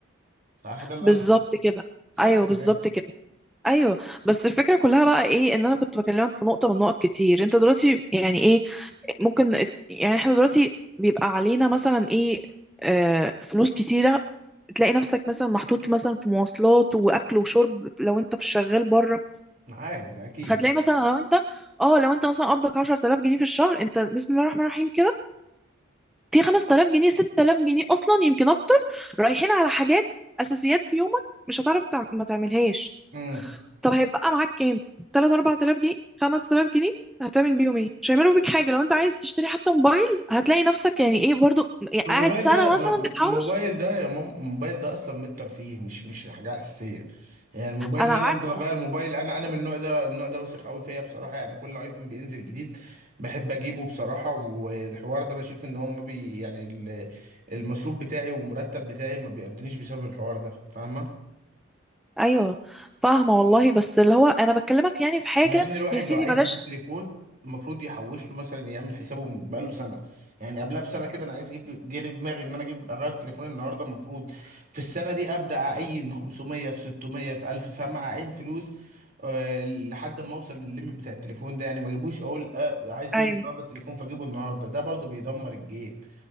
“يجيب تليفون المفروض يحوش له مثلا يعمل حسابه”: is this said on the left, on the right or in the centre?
Right